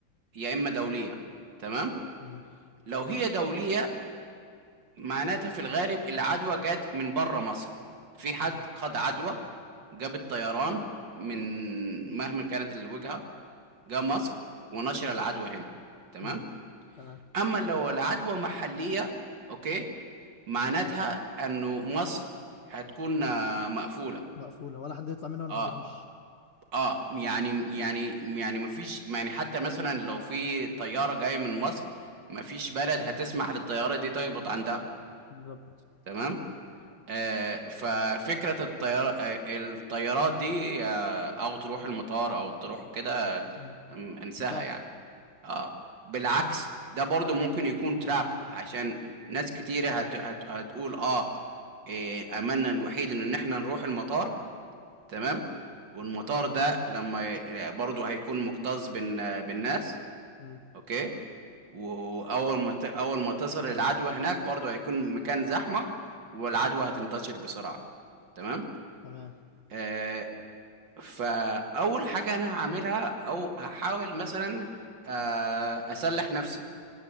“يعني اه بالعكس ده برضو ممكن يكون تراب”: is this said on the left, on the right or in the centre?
Right